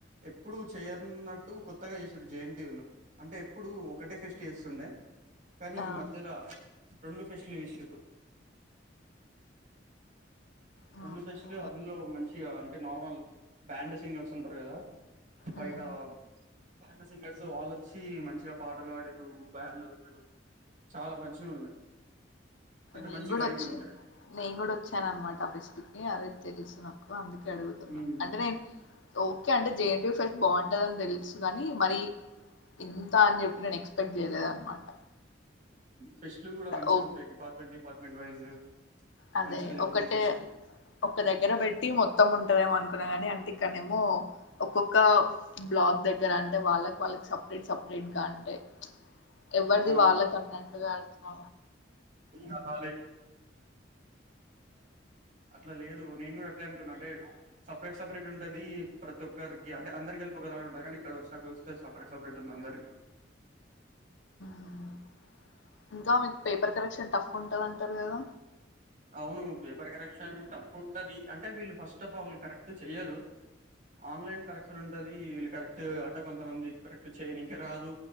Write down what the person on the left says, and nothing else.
ఆ,
ఓకే
ఉమ్
నేను
కూడా
వచ్చా
నేను కూడా వచ్చాన నమాట ఆ ఫిస్ట్ కి అదే తెలుసు నాకు అందుకే అడుగుతున్నా
అంటే నేను ఓకే అంటే జేఎన్టీయూ ఫెస్ట్ బావుంటదని తెలుసు గాని మరి ఇంత అని చెప్పి నను ఎక్స్ పెక్ట్ చేయలేదన్నమాట
ఓ
అదే
ఒకటే
ఒక్క దగ్గర పెట్టి మొత్తం ఉంటదేమో అనుకున్నా గాని అంటే ఇక్కన్నేమో ఒక్కొక్క బ్లాక్ దగ్గర అంటే వాళ్ళకి వాళ్ళకి సపరేట్ సపరేట్ గా అంటే ఎవ్వరిది
వాళ్ళకు అన్నట్టుగా వెళ్తున్నా
మ్ ఇంకా మీకు పేపర్ కరెక్షన్ టఫ్ ఉంటది అంటారు కదా